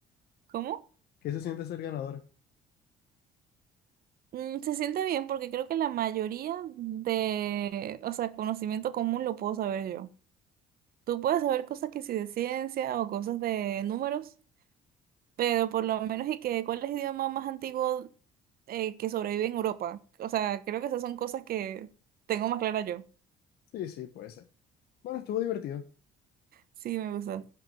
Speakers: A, on the right (about 60°); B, on the left (about 70°).
A: ¿Cómo?
B: ¿Qué se siente ser ganadora?
A: Mm, se siente bien porque creo que la mayoría de, o sea, conocimiento común lo puedo saber yo. Tú puedes saber cosas que sí de ciencia o cosas de números, pero por lo menos y que cuál es el idioma más antiguo eh, que sobrevive en Europa. O sea, creo que esas son cosas que tengo más clara yo.
B: Sí, sí, puede ser. Bueno, estuvo divertido.
A: Sí, me gusta.